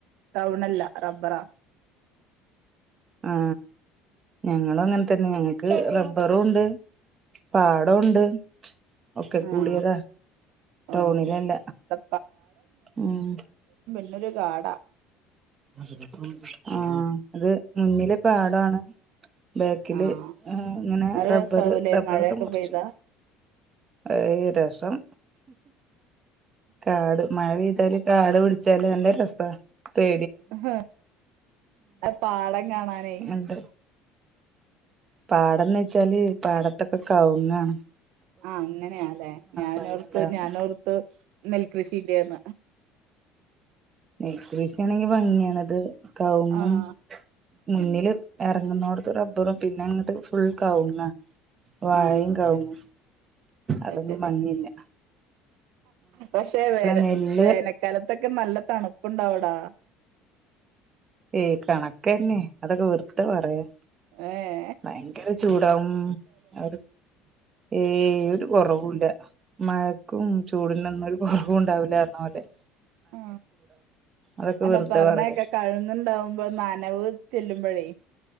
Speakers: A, on the right (about 75°); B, on the right (about 35°).
A: ടൗണല്ല റബ്ബറാ
B: ആ ഞങ്ങളും അങ്ങനെ തന്നെയാണ്. ക്ക് റബ്ബറുംണ്ട് പാടോ ഉംണ്ട്. ഒക്കെ
A: ആഹ്
B: കൂടിയതാ ടൗണിലെല്ല
A: ആഹ് ഇവടെ
B: ഉം,
A: ന്നൊരു കാട
B: ആഹ അത് മുന്നിലെ പാടാണ്. ബേക്കില്
A: ആഹ്
B: ങേ ഇങ്ങനെ
A: നല്ല
B: റബ്ബറ്
A: രസാവൂലേ
B: റബ്ബറൊക്കെ
A: മഴയൊക്കെ
B: മുറച്ചു.
A: പെയ്താ
B: ഏയ് രസം. കാട് മഴ പെയ്താല് കാട് വെള ല്ല രസ പേ
A: ഹ ആ പാടം കാണാനേ
B: ഉണ്ട് പാടംന്ന് വെച്ചാല് പാടത്തൊക്കെ കവ്ങ്ങാണ്.
A: ആ അങ്ങനെയല്ലെ ഞാനോർത്ത്
B: ഭംഗിണ്ടാവാൻ
A: ഞാനോർത്ത് നെൽകൃഷിയില്ലേന്ന്
B: നെല് കൃഷിയാണെങ്കി ഭംഗിയണത് കവുങ്ങും
A: ആഹ്
B: മുന്നില് ഇറങ്ങുന്നോടത്ത് റബ്ബറും പിന്നെ അങ്ങട്ട് ഫുൾ കവുങ്ങ വാഴയും
A: ആഹ്
B: കവുങ്ങും അതൊന്നും
A: അത് ശരി
B: മങ്ങില്ല
A: പക്ഷെ വേറെ
B: നെല്ല്
A: വേനൽക്കാലത്തൊക്കെ നല്ല തണു പ്പണ്ടാവടാ
B: ഏയ് കണക്കന്നെ അതൊക്കെ വെറുതെ പറയാ.
A: ഏഹ
B: ഭയങ്കര ചൂടാവും ഉം അവർ ഏ ഒരു കുറവൂല്ല മഴക്കും ചൂടിനും ഒന്നും ഒരു കുറവും ഉണ്ടാവൂല്ലന്ന് പറഞ്ഞപോലെ
A: ആ
B: അതൊക്കെ
A: അല്ല
B: വെറുതെ
A: പറണയൊക്കെ
B: പറയാ
A: കഴുങ്ങുണ്ടാവുമ്പോ നന അ ചെല്ലുമ്പഴേ